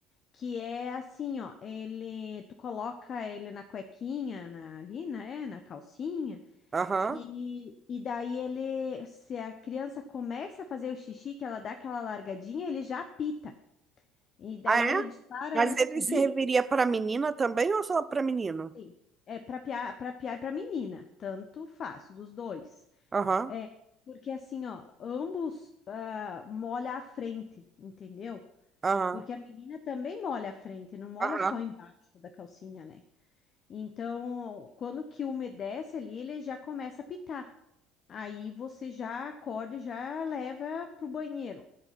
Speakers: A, on the left; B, on the right.
A: Que é assim, ó, ele, tu coloca ele na cuequinha, na, ali, né, na calcinha,
B: Aham.
A: e, e daí ele, se a criança começa a fazer o xixi, que ela dá aquela largadinha, ele já apita. E daí
B: Ah, é?
A: ele dispara
B: Mas
A: um
B: ele
A: um
B: serviria
A: bip,
B: para menina também ou só para menino?
A: sim, é para piar, para piar e para menina, tanto faz, dos dois.
B: Aham,
A: É, porque assim, ó, ambos ah, molha a frente, entendeu?
B: aham,
A: Porque a menina também molha a frente, não molha
B: aham.
A: só embaixo da calcinha, né? Então, quando que umedece ali, ele já começa a pitar. Aí você já acorda e já leva para o banheiro.